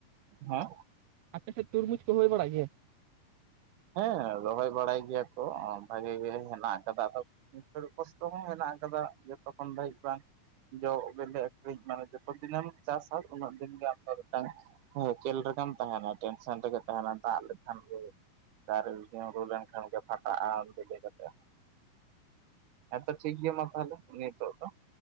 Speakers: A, on the right; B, on the right.
A: ᱦᱮᱸᱻ
B: ᱟᱯ ᱥᱮᱫ ᱛᱩᱨᱢᱩᱡᱽ ᱠᱚ ᱦᱩᱭ ᱵᱟᱲᱟᱜ ᱜᱮᱭᱟ?
A: ᱦᱮᱸ ᱨᱚᱦᱚᱭ ᱵᱟᱲᱟᱭ ᱜᱮᱭᱟ ᱠᱚ ᱵᱷᱟᱜᱤ ᱜᱮ ᱦᱮᱱᱟᱜ ᱠᱟᱫᱟ ᱫᱚ <unintelligible> ᱦᱚᱸ ᱦᱮᱱᱟᱜ ᱟᱠᱟᱫᱟ ᱡᱚᱛᱚ ᱠᱷᱚᱱᱚᱱ ᱫᱷᱟᱹᱵᱤᱡ ᱵᱟᱝ ᱡᱚ ᱵᱞᱮ ᱟᱹᱠᱷᱨᱤᱧ ᱢᱟᱱᱮ ᱡᱚᱛᱚ ᱫᱤᱱᱮᱢ ᱪᱟᱥᱟ ᱩᱱᱟᱹᱜ ᱫᱤᱱᱜ ᱟᱢ ᱫᱚ ᱢᱤᱫᱴᱟᱝ ᱦᱮᱸ ᱠᱷᱮᱞ ᱨᱮᱜᱮᱢ ᱛᱟᱦᱮᱱᱟ ᱴᱮᱱᱥᱮᱱ ᱨᱮᱜᱮ ᱛᱟᱦᱮᱱᱟ, ᱫᱟᱜᱽ ᱞᱮᱠᱷᱟᱱ ᱜᱮ ᱫᱟᱨᱮ ᱧᱨᱩ ᱞᱮᱱᱠᱷᱟᱱ ᱜᱮ ᱯᱷᱟᱴᱟᱜᱼᱟ ᱵᱤᱞᱤ ᱠᱟᱛᱮ ᱦᱮᱸ ᱦᱮᱸᱛᱚ ᱴᱷᱤᱠ ᱜᱮᱭᱟ ᱢᱟ ᱛᱟᱦᱚᱞᱮ ᱱᱤᱛᱚᱜ ᱫᱚ ᱾